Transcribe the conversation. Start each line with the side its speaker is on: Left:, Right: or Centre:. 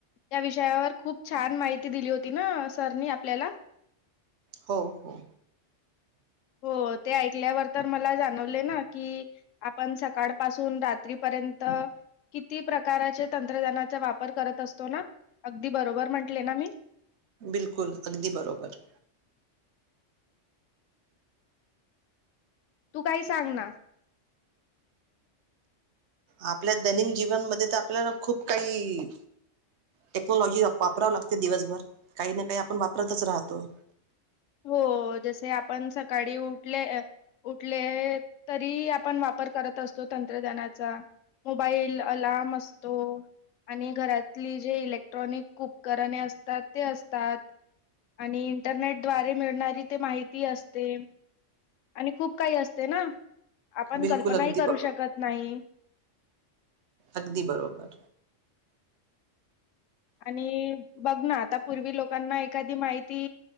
Left: त्या विषयी त्यावर खूप छान माहिती दिली होती ना, सरनी आपल्याला?
Right: हो हो
Left: हो ते ऐकल्यावर, तर मला जाणवले ना, की आपण सकाळ पाासून रात्रीपर्यंत किती प्रकारचे तंत्रज्ञानाचा वापर करत असतो ना? अगदी बरोबर म्हंटले ना मी
Right: बिलकुल, अगदी बरोबर.
Left: तू काही सांग ना.
Right: आपल्या दैनिन जीवनमध्ये तर, आपल्याला खूप काही, टेक्नॉलॉजी वापरावं लागते, दिवसभर काही ना काही आपण वापरतचं राहतो.
Left: हो जसे आपण सकाळी उठले उठले तरी आपण वापर करत असतो तंत्रज्ञानाचा मोबाईल आलाराम असतो आणि घरातली जे इलेक्ट्रॉनिक उपकरणे असतात ते असतात आणि इंटरनेट द्वारे मिळणारी ते माहिती असते आणि खूप काही असते ना आपण
Right: बिलकुल
Left: कल्पनाही
Right: अगदी
Left: करू
Right: बरोबर
Left: शकत नाही
Right: अगदी बरोबर
Left: आणि बघ ना आता पूर्वी लोकांना एखादी माहिती